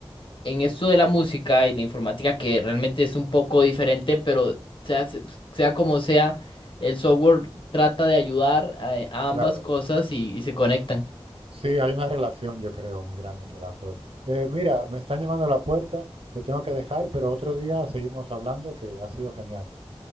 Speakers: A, on the left; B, on the right.
A: en esto de la música y la informática, que realmente es un poco diferente, pero sea, se- sea como sea, el software trata de ayudar a, a
B: claro.
A: ambas cosas y y se conectan.
B: Sí, hay una relación, yo creo, muy grande entre las dos. Eh, mira, me están llamando a la puerta, te tengo que dejar, pero otro día seguimos hablando, que ha sido genial.